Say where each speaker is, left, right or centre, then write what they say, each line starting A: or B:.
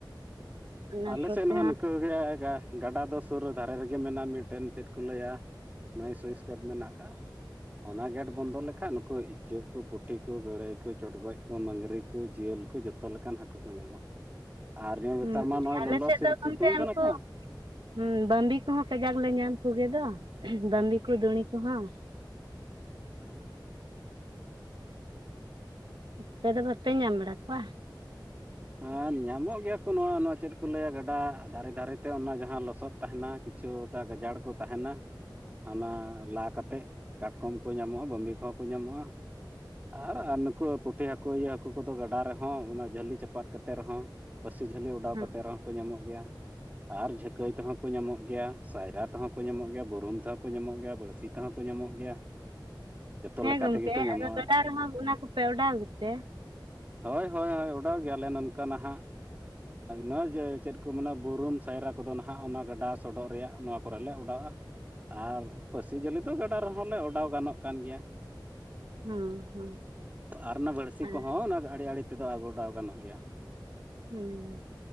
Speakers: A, on the right (about 85°); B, on the right (about 20°).
A: ᱚᱱᱟ
B: ᱟᱞᱮ
A: ᱠᱚᱛᱮ
B: ᱥᱮᱫ ᱦᱚᱸ ᱱᱤᱠᱟ. ᱜᱮ ᱜᱟᱰᱟ ᱫᱚ ᱥᱩᱨ ᱨᱮ ᱫᱷᱟᱨᱮ ᱨᱮᱜᱮ ᱢᱮᱱᱟᱜᱼᱟ ᱢᱤᱫᱴᱮᱱ ᱪᱮᱫ ᱠᱚ ᱞᱟᱹᱭᱟ ᱱᱟ‌. ᱭ ᱥᱩᱭᱤᱥᱠᱮᱴ ᱢᱮᱱᱟᱜ ᱠᱟᱫ ᱟ ᱚᱱᱟ ᱜᱮᱴ ᱵᱚᱱᱫᱚ ᱞᱮᱠᱷᱟᱡ ᱱᱩᱠᱩ ᱤᱪᱟᱹᱜ ᱠᱚ ᱯᱩᱴᱷᱤ ᱠᱚ ᱜᱟᱹᱲᱟᱹᱭ ᱠᱚ ᱪᱚᱴᱜᱚᱡ ᱠᱚ ᱢᱟᱹᱜᱽᱨᱤ ᱠᱚ ᱡᱤᱭᱟᱹᱞ ᱠᱚ ᱡᱚᱛᱚᱼᱼ ᱡᱚᱛᱚ ᱞᱮᱠᱟᱱ ᱦᱟᱹᱠᱩ ᱠᱚ ᱧᱟᱢᱚᱜᱼᱟ ᱟᱨ ᱱᱮᱛᱟᱨ
A: ᱦᱩᱸ
B: ᱢᱟ ᱱᱚᱜᱼᱚᱭ
A: ᱟᱞᱮ
B: ᱞᱚᱞᱚ
A: ᱥᱮᱫ
B: ᱥᱤᱛᱩᱝ
A: ᱫᱚ ᱜᱚᱢᱠᱮ ᱩᱱᱠᱩᱼᱼ
B: ᱠᱟᱱᱟ ᱛᱚ
A: ᱦᱩᱸ ᱵᱟᱺᱵᱤ ᱠᱚᱦᱚᱸ ᱠᱟᱡᱟᱠ ᱞᱮ ᱧᱟᱢ ᱠᱚ ᱜᱮᱫᱚ ᱵᱟᱺᱵᱤ ᱠᱚ ᱫᱩᱲᱤ ᱠᱚᱦᱚᱸ
B: ᱟᱪᱪᱷᱟ
A: ᱟᱯᱮ ᱫᱚ ᱵᱟᱯᱮ ᱧᱟᱢ ᱵᱟᱲᱟ ᱠᱚᱣᱟ
B: ᱦᱮᱸ ᱧᱟᱢᱚᱜ ᱜᱮᱭᱟ ᱠᱚ ᱱᱚᱣᱟ ᱱᱚᱣᱟ ᱪᱮᱫ ᱠᱚᱼᱼ ᱠᱚ ᱞᱟᱹᱭᱟ ᱜᱟᱰᱟ ᱫᱷᱟᱨᱮ ᱫᱷᱟᱨᱮᱛᱮ ᱚᱱᱟ ᱡᱟᱦᱟᱸ ᱞᱚᱥᱚᱫ ᱛᱟᱦᱮᱱᱟ ᱠᱤᱪᱷᱩᱴᱟ ᱜᱟᱡᱟᱲ ᱠᱚ ᱛᱟᱦᱮᱱᱟᱼᱼ ᱚᱱᱟ ᱞᱟ ᱠᱟᱛᱮᱫ ᱠᱟᱴᱠᱚᱢ ᱠᱚ ᱧᱟᱢᱚᱜᱼᱟ ᱵᱟᱺᱵᱤ ᱠᱚᱦᱚᱸ ᱠᱚ ᱧᱟᱢᱚᱜᱼᱟ ᱟᱨ ᱱᱩᱠᱩ ᱯᱩᱴᱷᱤ ᱦᱟᱹᱠᱩ ᱤᱭᱟᱹ ᱦᱟᱹᱠᱩ ᱠᱚᱫᱚ ᱜᱟᱰᱟ ᱨᱮᱦᱚᱸ ᱚᱱᱟ ᱡᱷᱟᱹᱞᱤ ᱪᱟᱯᱟᱫᱼᱼ ᱯᱟᱫ ᱠᱟᱛᱮ ᱨᱮᱦᱚᱸ ᱯᱟᱹᱥᱤ ᱡᱷᱟᱹᱞᱤ ᱚᱰᱟᱣ
A: ᱦᱮᱸ
B: ᱠᱟᱛᱮ ᱨᱮᱦᱚᱸ ᱠᱚ ᱧᱟᱢᱚᱜ ᱜᱮᱭᱟ ᱟᱨ ᱡᱷᱟᱹᱠᱟᱹᱭ ᱛᱮᱦᱚᱸᱼᱼ ᱠᱚ ᱧᱟᱢᱚᱜ ᱜᱮᱭᱟ ᱥᱟᱭᱨᱟ ᱛᱮᱦᱚᱸ ᱠᱚ ᱧᱟᱢᱚᱜ ᱜᱮᱭᱟ ᱵᱩᱨᱩᱱ ᱛᱮᱦᱚᱸ ᱠᱚ ᱧᱟᱢᱚᱜ ᱜᱮᱭᱟ ᱵᱟᱹᱲᱥᱤ ᱛᱮᱦᱚᱸ ᱠᱚ ᱧᱟᱢᱚᱜ ᱜᱮᱭᱟ <inaudible>
A: ᱦᱮᱸ
B: ᱞᱮᱠᱟ
A: ᱜᱚᱢᱠᱮ
B: ᱛᱮᱜᱮ ᱠᱚ ᱧᱟᱢᱚᱜᱼᱟ
A: ᱟᱫᱚ ᱜᱟᱰᱟ ᱨᱮᱦᱚᱸ ᱚᱱᱟ ᱠᱚᱯᱮ ᱚᱰᱟᱣ ᱜᱮᱛᱮ
B: ᱦᱳᱭ ᱦᱳᱭ ᱦᱳᱭ ᱚᱰᱟᱣ ᱜᱮᱭᱟᱞᱮ ᱱᱚᱝᱠᱟ ᱱᱟᱦᱟᱜ ᱱᱚᱜᱼᱚᱭ ᱡᱮ ᱪᱮᱫ ᱠᱚ ᱢᱮᱱᱟ ᱵᱩᱨᱩᱱ ᱥᱟᱭᱨᱟ ᱠᱚᱫᱚ ᱱᱟᱦᱟᱜ ᱚᱱᱟ ᱜᱟᱰᱟ ᱥᱚᱰᱚᱜ ᱨᱮᱭᱟᱜ ᱱᱚᱣᱟᱼᱼ ᱠᱚᱨᱮ ᱞᱮ ᱚᱰᱟᱣᱼᱟ᱾ ᱟᱨ ᱯᱟᱹᱥᱤ ᱡᱷᱟᱹᱞᱤ ᱫᱚ ᱜᱟᱰᱟ ᱨᱮᱦᱚᱸ ᱞᱮ ᱚᱰᱟᱣ ᱜᱟᱱᱚᱜ ᱠᱟᱱ ᱜᱮᱭᱟᱼᱼ
A: ᱦᱮᱸ ᱦᱮᱸ
B: ᱟᱨ ᱚᱱᱟ ᱵᱟᱹᱲᱥᱤ
A: ᱟᱨ
B: ᱠᱚᱦᱚᱸ ᱚᱱᱟ ᱟᱲᱮ ᱟᱲᱮ ᱛᱮᱫᱚ ᱚᱰᱟᱣ ᱜᱟᱱᱚᱜ ᱜᱮᱭᱟ᱾
A: ᱦᱩᱸ᱾